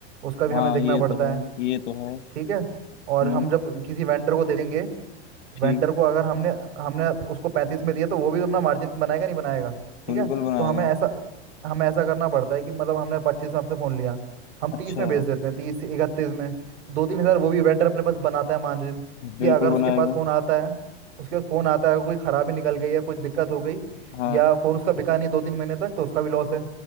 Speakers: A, on the right; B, on the left.
A: उसका भी
B: हाँ
A: हमें देखना
B: ये तो
A: पड़ता
B: है
A: है
B: ये तो है
A: ठीक है
B: हम्म
A: और हम जब किसी वेंडर को देंगे
B: ठीक
A: वेंडर को अगर हमने हमने उसको पैंतीस में दिया तो वो भी अपना मार्जिन बनाएगा नहीं बनाएगा ठीक
B: बिल्कुल
A: है
B: बनाएगा
A: तो हमें ऐसा हमें ऐसा करना पड़ता है कि मतलब हमने पच्चीस में आपसे फ़ोन लिया हम
B: अच्छा
A: तीस में बेच देते हैं तीस इकतीस में दो तीन हज़ार वो भी वेंडर अपने पास बनाता है मार्जिन कि
B: बिल्कुल
A: अगर
B: बनाएगा
A: उसके पास फ़ोन आता है उसके पास फ़ोन आता है कोई ख़राबी निकल गई या कुछ दिक्कत हो गई
B: हाँ
A: या फ़ोन उसका बिका नहीं दो तीन महीने तक तो उसका भी लॉस है